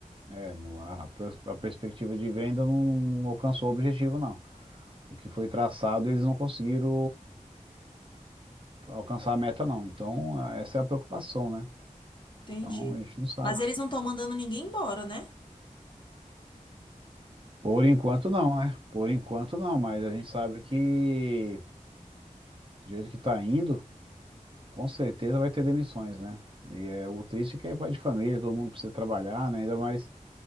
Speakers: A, on the right; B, on the left.
A: É, No a, pers- a perspectiva de venda não alcançou o objetivo, não. O que foi traçado, eles não conseguiram alcançar a meta, não. Então, essa é a preocupação, né?
B: Entendi.
A: Então, a gente não sabe.
B: Mas eles não estão mandando ninguém embora, né?
A: Por enquanto não, né? Por enquanto não, mas a gente sabe que do jeito que tá indo, com certeza vai ter demissões, né? E é o triste é que é pai de família, todo mundo precisa trabalhar, né? Ainda mais